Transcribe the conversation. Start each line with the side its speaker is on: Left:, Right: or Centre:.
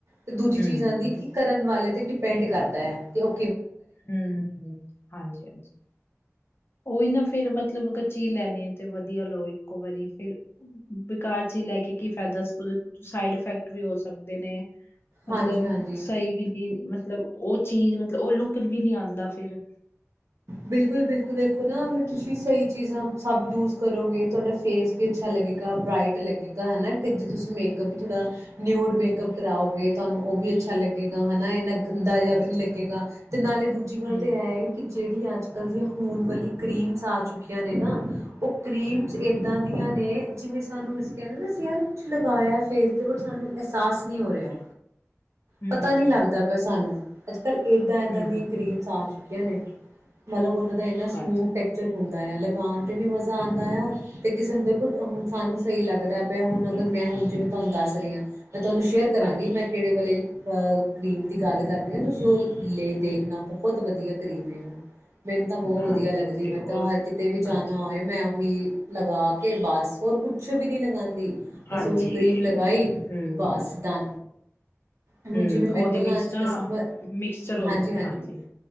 Right: ਤੇ ਦੂਜੀ ਚੀਜ਼
Left: ਹਮ
Right: ਆਉਂਦੀ ਕਿ ਕਰਨ ਵਾਲੇ ਤੇ ਡਿਪੈਂਡ ਕਰਦਾ ਤੇ ਤਯੋ
Left: ਹਮ ਹਾਂਜੀ ਹਾਂਜੀ ਉਹੀ ਨਾ ਫੇਰ ਮਤਲਬ ਅਗਰ ਚੀਜ਼ ਲੈਣੀ ਹੈ ਤੇ ਵਧੀਆ ਲਓ ਇੱਕੋ ਵਾਰੀ ਕਿਲ ਬੇਕਾਰ ਚੀਜ਼ ਲੈ ਕੇ ਕੀ ਫਾਇਦਾ ਉਹਦੇ ਸਾਈਡ ਇਫੈਕਟ ਵੀ ਹੋ ਸਕਦੇ ਨੇ ਮਤਲਬ
Right: ਹਾਂਜੀ ਹਾਂਜੀ
Left: ਸਹੀ ਵੀ ਨਹੀ ਮਤਲਬ ਉਹ ਚੀਜ਼ ਮਤਲਬ ਉਹ ਲੁੱਕ ਤੂ ਵੀ ਨਹੀਂ ਆਉਂਦਾ ਫਿਰ
Right: ਬਿਲਕੁਲ ਬਿਲਕੁਲ ਦੇਖੋ ਨਾ ਅਗਰ ਤੁਸੀਂ ਸਹੀ ਚੀਜ਼ਾਂ ਸਭ ਯੂਜ ਕਰੋਗੇ ਤੁਹਾਡਾ ਫੇਸ ਵੀ ਅੱਛਾ ਲੱਗੇਗਾ ਬ੍ਰਈਟ ਲੱਗੇਗਾ ਹੇਨਾ ਕਿ ਜੇ ਤੁਸੀਂ ਮੇਕਅੱਪ ਵੀ ਥੋੜ੍ਹਾ ਨਿਊਡ ਮੇਕਅਪ ਕਰਾਓਗੇ ਤੁਹਾਨੂੰ ਉਹ ਵੀ ਅੱਛਾ ਲੱਗੇਗਾ
Left: ਹਮ
Right: ਹਨਾ ਇੰਨਾ ਗੰਦਾ ਜਿਹਾ
Left: ਹਾਂਜੀ
Right: ਵੀ ਨਹੀ
Left: ਹਾਂਜੀ
Right: ਲੱਗੇਗਾ ਤੇ ਨਾਲੇ ਦੂਜੀ ਗੱਲ
Left: ਹਮ
Right: ਤੇ ਇਹ ਹੈ। ਕਿ ਜਿਹੜੀ ਅੱਜ ਕੱਲ ਦੀ ਹੂਣ ਵਾਲੀ ਕਰੀਮਸ ਆ ਚੁੱਕੀਆਂ ਨੇ ਨਾ ਉਹ ਕਰੀਮਸ
Left: ਹਮ ਹਮ
Right: ਇੱਦਾਂ ਦੀਆਂ ਨੇ ਜਿਵੇਂ ਸਾਨੂੰ ਅਸੀਂ ਕਹਿੰਦੇ ਨਾ ਅਸੀਂ ਯਾਰ ਕੁਛ ਲਗਾਇਆ ਫੇਸ ਤੇ ਬਟ ਸਾਨੂੰ ਅਹਿਸਾਸ ਨਹੀਂ ਹੋ ਰਿਹਾ।
Left: ਹਮ
Right: ਪਤਾ ਨੀ ਲੱਗਦਾ ਪਿਆ ਸਾਨੂੰ ਅੱਛਾ ਕੱਲ੍ਹ ਇੱਦਾਂ ਏਦਾਂ
Left: ਹਮ
Right: ਦੀਆਂ
Left: ਹਮ
Right: ਗ੍ਰਰੀਨ ਸਾਸ ਚੁੱਕਿਆ ਨੇ। ਮਤਲਬ ਉਹਨਾਂ ਦਾ ਇੰਨਾ ਸਮੂਥ
Left: ਹਾਂਜੀ
Right: ਟੈਕਚਰ ਹੁੰਦਾ। ਲਗਾਉਣ ਤੇ ਵੀ ਮਜ਼ਾ ਆਉਂਦਾ ਆ ਤੇ ਕਿਸੇ ਨੂੰ ਦੇਖੋ ਸਾਨੂੰ ਸਹੀ ਲੱਗਦਾ ਪਿਆ ਹੁਣ ਅਗਰ ਮੈਂ ਹੁਣ ਜਿਵੇਂ ਤੁਹਾਨੂੰ ਦੱਸ ਰਹੀ ਹਾਂ। ਮੈਂ ਤੁਹਾਨੂੰ ਸ਼ੇਅਰ ਕਰਾਂਗੀ
Left: ਹਾਂਜੀ,
Right: ਮੈਂ ਕਿਹੜੇ ਵਾਲੇ ਅਹ ਕਰੀਮ ਦੀ ਗੱਲ ਕਰ ਰਹੇ ਹੋ ਤੁਸੀਂ ਉਹ ਲ ਦੇਖਣਾ ਬਹੁਤ ਵਧੀਆ ਕਰੀਮ ਹੈ। ਮੈਨੂੰ ਤਾਂ ਬਹੁਤ
Left: ਹਾਂਜੀ-ਹਾਂਜੀ
Right: ਵਧੀਆ ਲੱਗਦੀ ਮੈਂ ਤਾਂ
Left: ਉਸ
Right: ਹਰ ਕਿਤੇ ਵੀ
Left: ਹਾਂਜੀ,
Right: ਜਾਣਾ ਹੋਏ ਮੈਂ ਉਹੀ ਲਗਾ ਕੇ ਬਸ ਹੋਰ ਕੁੱਛ ਵੀ ਨਹੀਂ ਲਗਾਉਂਦੀ।
Left: ਹਾਂਜੀ
Right: ਬਸ ਓਹੀ ਕਰੀਮ
Left: ਹਾਂਜੀ
Right: ਲਗਾਈ
Left: ਹੂੰ,
Right: ਬਸ ਦ ਹੁਣ
Left: ਹੂੰ
Right: ਜਿਵੇਂ ਮੇਰੇ
Left: ਉਹਦੇ
Right: ਕੋਲ ਨਾ
Left: ਵਿੱਚ
Right: ਅੱਜ ਕਸਟਮਰ
Left: ਮਿਕਸਚਰ ਹੁੰਦਾ
Right: ਹਾਂਜੀ-ਹਾਂਜੀ-
Left: ਹੈ। ਹਾਂਜੀ,